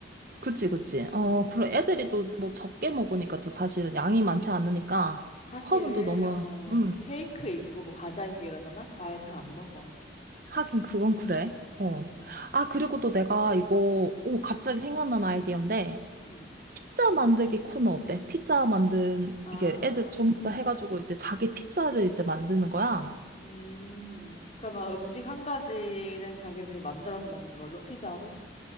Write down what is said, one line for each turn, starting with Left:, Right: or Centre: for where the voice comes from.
Right: 그치, 그치. 어,
Left: 응, 응,
Right: 그리고
Left: 응
Right: 애들이 또 뭐 적게 먹으니까 또 사실은 양이 많지 않으니까
Left: 사실
Right: 컵은 또 너무,
Left: 어
Right: 음,
Left: 케이크 있고 뭐 과자 있고 이러잖아. 과일 잘 안 먹어.
Right: 하긴 그건 그래.
Left: 음,
Right: 어. 아, 그리고 또 내가 이거, 오, 갑자기 생각난 아이디어인데,
Left: 음. 음.
Right: 피자 만들기 코너 어때? 피자 만든,
Left: 아.
Right: 이게 애들 전부 다 해가지고 이제 자기 피자를 이제 만드는 거야.
Left: 음. 그러면 음식 한 가지는 자기들이 만들어서 먹는 걸로 피자로?